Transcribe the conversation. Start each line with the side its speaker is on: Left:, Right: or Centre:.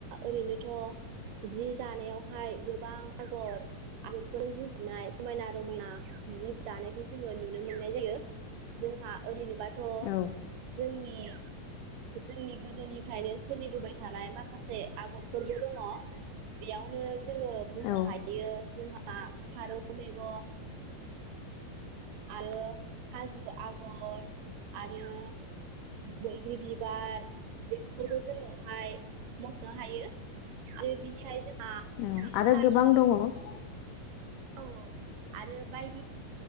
Right: ओरैनौ थ' जि दानायावहाय गोबां आगर, आगरफोर बुंफबनाय समायना रमायना जि दानायखौ जोङो नुनो मोननाय जायो जोंहा ओरैनोबा थ'
Left: औ
Right: जोंनि, जोंनि गोदोनिफ्रायनो सोलिबोबाय थानाय माख खासे आगरफोरबो दङ बेयावनो जोङो बुंनो
Left: औ
Right: हायो जोंहा हा फारौ मेगन आरो हाजो आगर आरो बैग्रि बिबार बेफोरखौबो जोङोहाय मख'नो हायो। दे बिदिहाय जोंहा
Left: औ
Right: जिखौहाय
Left: आरो गोबां दङ औ
Right: औ औ आरो बायदि